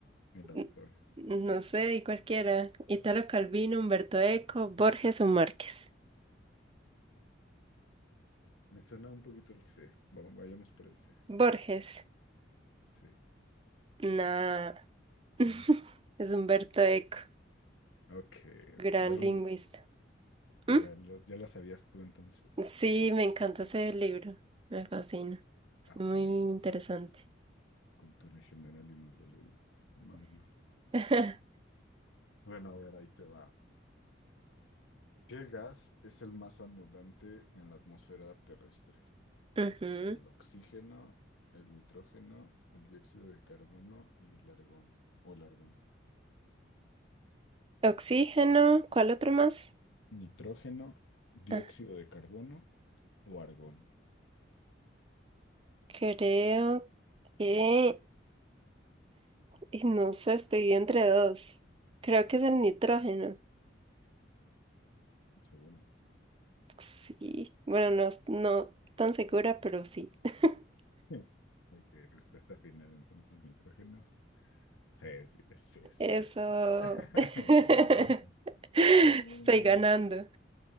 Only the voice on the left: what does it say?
El autor.
Me suena un poquito el C. Vamos, vayamos por el C.
Sí,
¿no?
Ok,
ok. Ya lo,
Ya, lo- ya la sabías tú entonces.
Ah,
Ok,
cultura en general y no lo he leído. Madre mía.
Bueno, a ver, ahí te va. ¿Qué gas es el más abundante en la atmósfera terrestre?
¿El oxígeno, el nitrógeno, el dióxido de carbono y el argón? ¿O el argón?
Nitrógeno, dióxido
de carbono o argón.
¿Segura?
Sí. Ok, respuesta final entonces, nitrógeno. Sí, sí, sí, sí.
es. <laughs>
Gran.
No.